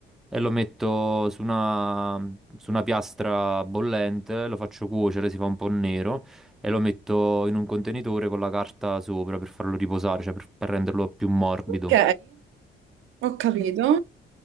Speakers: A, in the centre; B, on the right (about 75°).
A: e lo metto su una, su una piastra bollente, lo faccio cuocere, si fa un po' nero, e lo metto in un contenitore con la carta sopra per farlo riposare, cioè per, per renderlo più morbido.
B: Ok, ho capito.